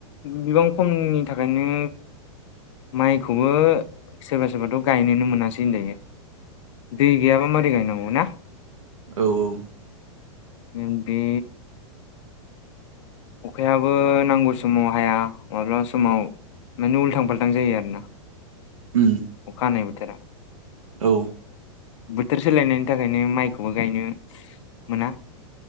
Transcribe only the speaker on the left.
बिबां खमनि थाखायनो माइखौबो सोरबा-सोरबाथ' गायनोनो मोनासै होनजायो दै गैयाबा मारै गायनांगौ ना!
उम बे अखायाबो नांगौ समाव हाया माब्ला समाव माने उलथां फाल्थां जायो आरो ना।
अखा हानाय बोथोरा।
बोथोर सोलायनायनि थाखायनो माइखौबो गायनो मोना।